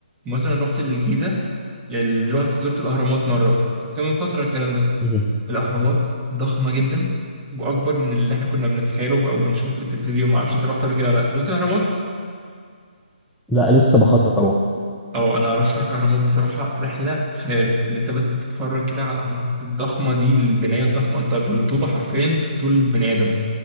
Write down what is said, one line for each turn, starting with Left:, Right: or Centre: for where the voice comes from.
Right: مثلا رحت الجيزه ال- رحت زرت الاهرامات مره بس كان من فتره الكلام ده
Centre: مم.
Right: الاهرامات ضخمه جدا واكبر من اللي احنا كنا بنتخيله او بنشوفه في التلفزيون ما اعرفش انت رحت قبل كده ولا لا رحت الاهرامات
Centre: لا لسه بخطط اروح
Right: او انا ارشحك اهرامات بصراحه رحله خيال اللي انت بس بتتفرج كده على الاهرامات الضخمه دي البنايه الضخمه انت الطوبه حرفيا في طول البني ادم